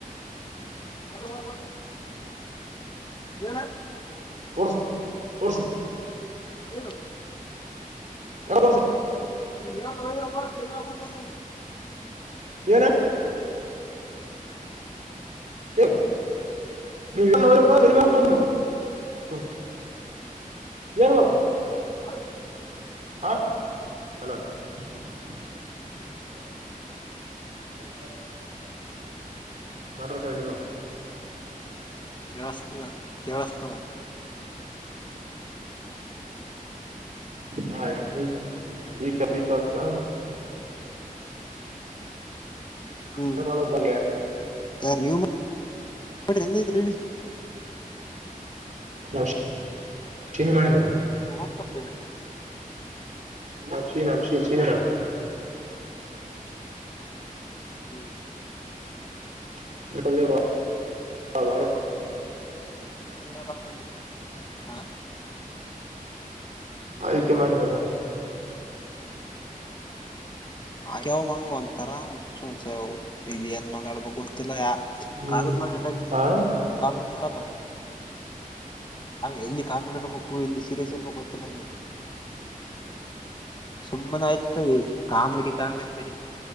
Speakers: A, on the left; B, on the right.
A: ಎ ಕೊಡ್ತನೆ ಏನ <unintelligible> <unintelligible>
B: ಓಟ್ಸ್ ಓಟ್ಸ್
A: ಏನು
B: ಎ ಕೊಡಸ <unintelligible>
A: ನೀ ಳ ವಯರೂಪಾ ಸೆಮಾ ಕೂಡ್ ಕೊೊಂಡ <unintelligible> <unintelligible>
B: ಏನ <inaudible> <inaudible> <unintelligible>
A: ಹ
B: ಹ ಹಲೋ <unintelligible> ನಡರ್ ಕ ಇಲಿವಾ <unintelligible>
A: ಕೇಳಸ್ತದ ಕೇಳಸ್ತದ
B: ಹಾ ಈ ಈಕತ <unintelligible>
A: ಹ್ಮ್
B: ಹ ಮಲಕ ಬ್ರ
A: ಯಾರ್ ನೀವ್ ಮಾಡ್ರಿ ಹೆಂಗ ಐತ್ ರೆಡಿ
B: <unintelligible> <inaudible>
A: ಅಂದ್ರ ಓದ್ತಪ್ಪ
B: ನಕ್ಷೀ ನ ಶೀ ಚೀನಾ ನ <unintelligible>
A: ಹ್ಮ್ <unintelligible>
B: <inaudible> <unintelligible>
A: <unintelligible>
B: ಆಯ್ಕೆ ಮಾಡಿದ <inaudible>
A: ಆ್ಯವ ಒಂಥರಾ ಹುಚ್ ಹುಚವ್ ಇಲ್ಲಿ ಏನ್ ಮಾತಾಡ್ಬೇಕು ಗತಿಲ್ಲ ಯಾ
B: ಹ್ಮ್
A: ಕಾಮಿಡಿ ಮಾಡ ಟೈಮೆಗಿ
B: ಆ
A: ಕಾಮಿಡಿ ಮಾಡಲ್ಲ. ಎಲ್ಲಿ ಕಾಮಿಡಿ ಇರ್ಬೇಕು ಎಲ್ಲಿ ಸೀರಿಯಸ್ ಇರ್ಬೇಕು ಗೊತ್ತಿಲ್ಲ ಅವ್ನಿಗ್. ಸುಮ್ಮನೆ ಆಯ್ತು ಇ ಕಾಮಿಡಿ ಕಾಮಿಡಿ ಬರೀ.